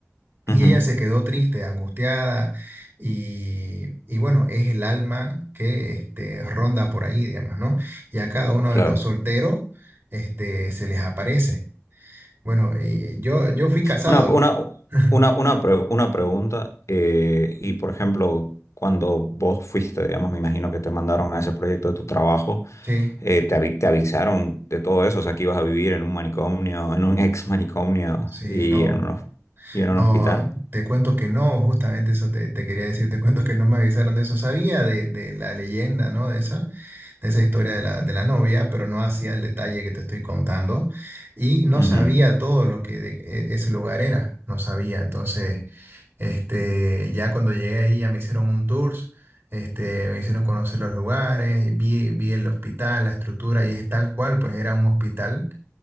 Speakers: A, on the right; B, on the left.
A: Y
B: Ujú,
A: ella se quedó triste, angustiada, y, y bueno, es el alma que este, ronda por ahí, digamos, ¿no? Y a cada uno
B: Claro.
A: de los solteros este, se les aparece. Bueno, y yo, yo fui casado,
B: Una, una,
A: ¿no? <laughs>
B: una, una, pre- una pregunta, eh, y por ejemplo, cuando vos fuiste, digamos, me imagino que te mandaron a ese proyecto de tu trabajo,
A: Sí,
B: eh, te, avi- te avisaron de todo eso, o sea, que ibas a vivir en un manicomio, en un <laughs> ex manicomio
A: sí,
B: y
A: no.
B: en un, hos- y en un
A: No,
B: hospital.
A: te cuento que no, justamente eso te, te quería decir, te cuento que no me avisaron de eso, sabía de, de la leyenda, ¿no? De esa, de esa historia de la, de la novia, pero no hacía el detalle que te estoy contando y no
B: Ujú,
A: sabía todo lo que de- e- ese lugar era, no sabía, entonces, este, ya cuando llegué ahí ya me hicieron un tour, este, me hicieron conocer los lugares, y vi, vi el hospital, la estructura y es tal cual, pues era un hospital